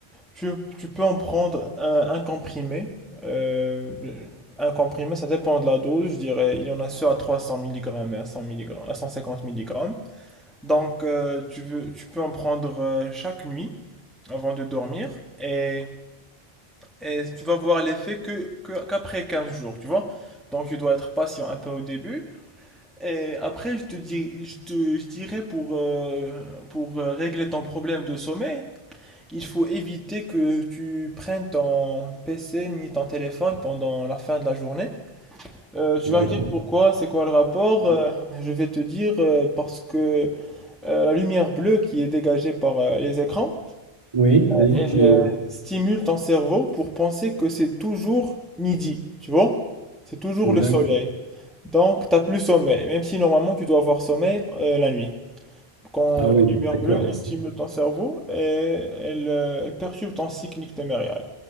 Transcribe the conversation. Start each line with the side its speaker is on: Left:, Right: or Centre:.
Centre: tu, tu peux en prendre un, un comprimé. Euh, un comprimé, ça dépend de la dose. Je dirais, il y en a ceux à 300 milligrammes et à 100 milligrammes, à 150 milligrammes. Donc, euh, tu veux, tu peux en prendre euh, chaque nuit avant de dormir et, et tu vas voir l'effet que, que- qu'après 15 jours, tu vois. Donc, tu dois être patient un peu au début. Et après, je te dis, je te, je dirais pour, euh, pour euh, régler ton problème de sommeil, il faut éviter que tu prennes ton PC ni ton téléphone pendant la fin de la journée. Euh, tu
Right: d'accord.
Centre: vas me dire pourquoi, c'est quoi le rapport? Euh, je vais te dire euh, parce que euh, la lumière bleue qui est dégagée par euh, les écrans,
Right: Oui, oui,
Centre: elle
Right: je...
Centre: euh, stimule ton cerveau pour penser que c'est toujours midi, tu vois? C'est toujours
Right: D'accord.
Centre: le soleil. Donc, t'as plus sommeil, même si normalement tu dois avoir sommeil euh, la nuit. Quand
Right: Ah oui,
Centre: la lumière
Right: d'accord,
Centre: bleue, elle stimule ton cerveau et elle, euh, elle perturbe ton cycle nictémérial.